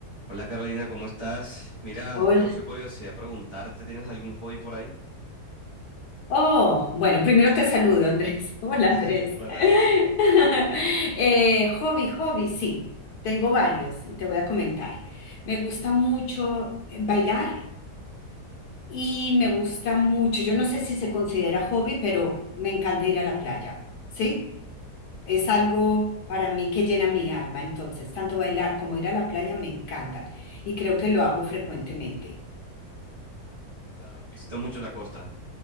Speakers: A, on the right (about 20°); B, on the left (about 75°).
A: Hola Carolina, ¿cómo estás? Mira,
B: Hola.
A: me causó curiosidad preguntarte, ¿tienes algún hobby por ahí?
B: Oh, bueno, primero te saludo, Andrés. <laughs> Hola, Andrés.
A: <laughs> Hola.
B: <laughs> Eh, hobby, hobby, sí. Tengo varios y te voy a comentar. Me gusta mucho eh, bailar y me gusta mucho, yo no sé si se considera hobby, pero me encanta ir a la playa, ¿sí? Es algo para mí que llena mi alma, entonces, tanto bailar como ir a la playa me encantan y creo que lo hago frecuentemente.
A: O sea, visitas mucho la costa.